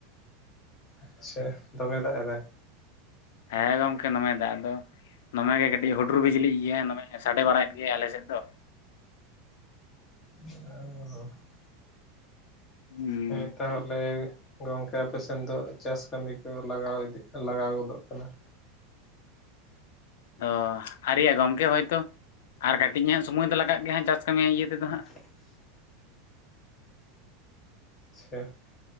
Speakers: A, on the left; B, on the left.
A: ᱟᱪᱪᱷᱟ ᱫᱚᱢᱮ ᱫᱟᱜ ᱮᱫᱟᱭ
B: ᱦᱮᱸ ᱜᱚᱝᱠᱮ ᱫᱚᱢᱟᱭ ᱫᱟᱜ ᱫᱚ ᱫᱚᱢᱮᱜᱮ ᱠᱟᱹᱴᱤᱡ ᱦᱩᱰᱩᱨ ᱵᱤᱡᱽᱞᱤᱜ ᱜᱮᱭᱟ ᱱᱚᱢᱮ ᱥᱟᱰᱮ ᱵᱟᱲᱟᱭᱮᱫ ᱜᱮᱭ ᱟᱞᱮᱮᱥᱮᱫ ᱫᱚ
A: <unintelligible>
B: ᱦᱩᱸ
A: ᱦᱮᱸ ᱛᱟᱦᱚᱞᱮ ᱜᱚᱝᱠᱮ ᱟᱯᱮᱥᱮᱱ ᱫᱚ ᱪᱟᱥ ᱠᱟᱹᱢᱤ ᱠᱚ ᱞᱟᱜᱟᱣ ᱤᱫᱤᱜ ᱞᱟᱜᱟᱣ ᱜᱚᱫᱚᱜ ᱠᱟᱱᱟ᱾
B: ᱚ ᱟᱹᱤᱭ ᱜᱚᱝᱠᱮ ᱦᱳᱭᱛᱳ ᱟᱨ ᱠᱟᱹᱴᱤᱡ ᱦᱟᱸᱜ ᱥᱚᱢᱚᱭ ᱫᱚ ᱞᱟᱜᱟᱜ ᱜᱮᱭᱟ ᱦᱟᱸᱜ ᱪᱟᱥ ᱠᱟᱹᱢᱤ ᱤᱭᱟᱹ ᱛᱮᱫᱚ ᱦᱟᱸᱜ
A: <inaudible> ᱟᱪᱪᱷᱟ